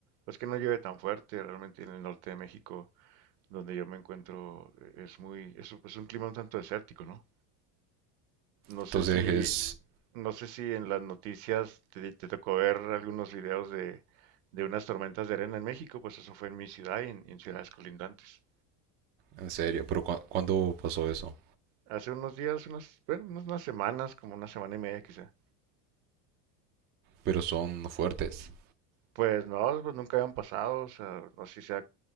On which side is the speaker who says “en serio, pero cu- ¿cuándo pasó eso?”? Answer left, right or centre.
Right